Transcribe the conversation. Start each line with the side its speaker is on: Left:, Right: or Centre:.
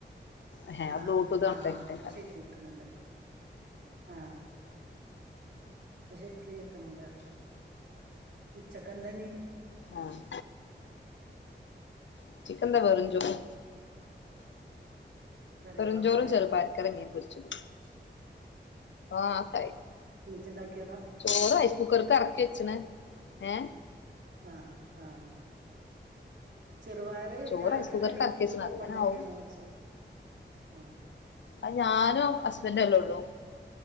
Left: ഏഹ്
Right: ആഹ്
Left: ബ്ലൂടൂത്ത് കണക്ട്
Right: ആഹ്
Left: ആക്കിട്ടേക്കാം
Right: ഇപ്പം ശരിക്ക് കേക്ക്ണ് ണ്ട് ആഹ് ഇപ്പം ശരിക്ക് കേക്ക്ണുണ്ട് പറയ ഉച്ചക്കെന്താ ഇഞ്?
Left: ആഹ് ഉച്ചക്കെന്താ വെറും ചോറ്
Right: കറികളൊക്കെ
Left: വെറും ചോറും
Right: ആയോ
Left: ചെറുപയർ കറിയും മീൻ പൊരിച്ചതും ആ അതൊക്കായി
Right: ഇപ്പെണ്ടാക്കിയതാ?
Left: ചോറ് റൈസ് കുക്കറ്ക്ക് എറക്കി വെച്ച്ണ് എഹേ?
Right: ആഹ് ആഹ് ചെറുപയറ്
Left: ചോറ്
Right: രാവിലത്തെ
Left: റൈസ് കുക്കർക്ക്
Right: കടിക്കും
Left: എറക്കി
Right: ഉച്ചക്കും
Left: വെച്ച്ണ്
Right: ഒപ്പം
Left: അതിങ്ങനെ
Right: ഇണ്ടാക്കിയാണോ
Left: ആവും
Right: ചോയ്ച്ച ആഹ്
Left: അത് ഞാനും ഹസ്ബൻഡും അല്ലേ ഒള്ളു?